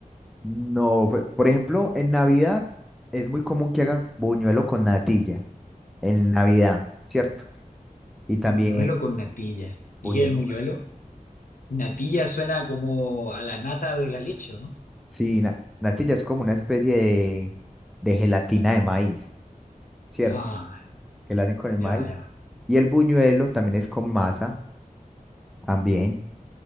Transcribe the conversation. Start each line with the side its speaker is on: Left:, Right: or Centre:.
Centre: No, pe- por ejemplo, en Navidad es muy común que hagan buñuelo con natilla, en Navidad, ¿cierto? Y también
Left: Muñuelo con natilla. ¿Y
Centre: buñuelo
Left: el muñuelo?
Centre: con natilla.
Left: Natilla suena como a la nata de la leche, ¿o no?
Centre: Sí, na- natilla es como una especie de, de gelatina de maíz, ¿cierto?
Left: Ah,
Centre: Que la hacen con el
Left: ya,
Centre: maíz.
Left: ya,
Centre: Y el buñuelo también es con masa, también.